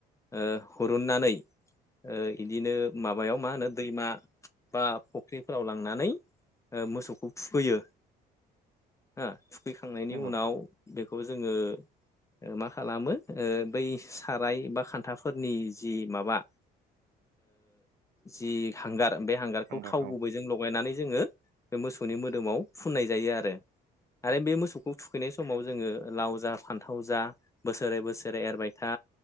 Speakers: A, on the left (about 15°); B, on the right (about 85°).
A: ओ हुरुननानै ओ इदिनो माबायाव मा होनो दैमा बा फुख्रिफोराव लांनानै मोसौखौ थुखैयो हो थुखैखांनायनि
B: नंगौ
A: उनाव बेखौ जोङो मा खालामो बै साराय बा खान्थाफोरनि जि माबा ओ जि हांगार बे हांगारखौ
B: हांगार
A: थाव
B: औ
A: गुबै जों लगायनानै जोङो बे मोसौनि मोदोमाव फुननाय जायो आरो आरो बे मोसौखौ थुखैनाय समाव जोङो लाव जा फान्थाव जा बोसोरै बोसोरै एरबाय था